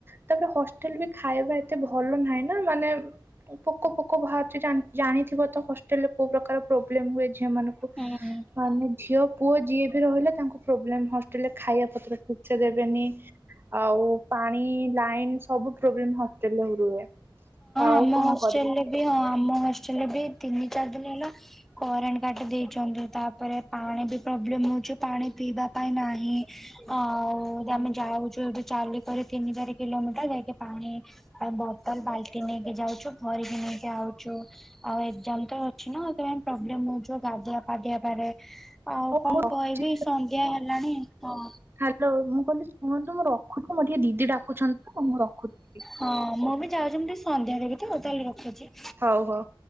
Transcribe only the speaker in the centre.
ହଁ
ଆମ
ହଷ୍ଟେଲ
ରେ ବି ହଁ ଆମ ହଷ୍ଟେଲରେ ବି ତିନି ଚାରି ଦିନ ହେଲା କରେଣ୍ଟ କାଟି ଦେଇଛନ୍ତି। ତାପରେ ପାଣି ବି ପ୍ରୋବ୍ଲେମ୍ ହଉଛି ପାଣି ପିଇବା ପାଇଁ ନାହିଁ। ଆଉ ଆମେ ଯାଉଛୁ ଏଠି ଚାଲି କରିରି ତିନି ଚାରି କିଲୋମିଟର ଯାଇକି ପାଣି ଆଉ ବୋତଲ ବାଲ୍ଟି ନେଇକି ଯାଉଛୁ ଭରିକି ନେଇକି ଆଉଚୁ। ଆଉ ଏକଜାମ ତ ଅଛି ନା ସେଥିପାଇଁ ପ୍ରୋବ୍ଲେମ ହଉଛି ଗାଧୁଆ ପାଧୁଆ ପରେ ଆଉ କଣ
କହିବି ସନ୍ଧ୍ୟା ହେଲାଣି ହଁ।
ହଁ ମୁଁ ବି ଯାଉଛି ମୁଁ ଟିକେ ସନ୍ଧ୍ୟା ଦେବି ତ ତାହାଲେ ରଖୁଛି।